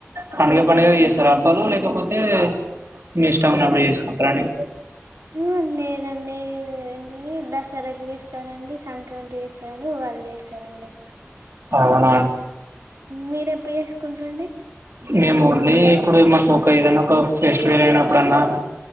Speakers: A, on the right; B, on the right.
A: పండుగ పండుగ చేస్తార అప్పాలు లేకపోతే మీ ఇష్టం
B: హ్మ్
A: ఉన్నప్పుడు చేసుకుంటారండి
B: మ్మ్ లేదండి ఇది దసరాకి చేస్తారండి సంక్రాంతి చేస్తారండి ఉగాదికి చేస్తారండి
A: అవునా
B: మీరూ ఎప్పుడు చేసుకుంటారండి
A: మేము ఓన్లీ ఇప్పుడు మాకు ఒక ఏదన్న ఒక ఫెస్టివల్ అయినప్పుడన్నా